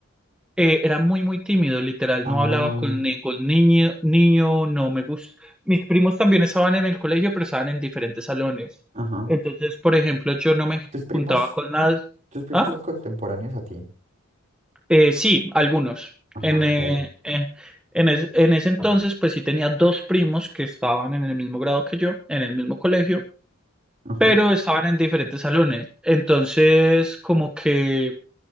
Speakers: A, in the centre; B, on the right.
A: eh, era muy, muy tímido, literal,
B: Ah,
A: no hablaba con ningún niño, niño, no me gusta. Mis primos también estaban en el colegio, pero estaban en diferentes salones.
B: ajá.
A: Entonces, por ejemplo, yo no me
B: Tus primos,
A: juntaba con nada.
B: tus primos
A: ¿Ah?
B: son contemporáneos a ti.
A: Eh, sí, algunos.
B: Ah,
A: En,
B: ok.
A: eh, eh, en, es- en ese entonces, pues sí tenía dos primos que estaban en el mismo grado que yo, en el mismo colegio,
B: Ajá,
A: pero estaban en diferentes salones. Entonces, como que,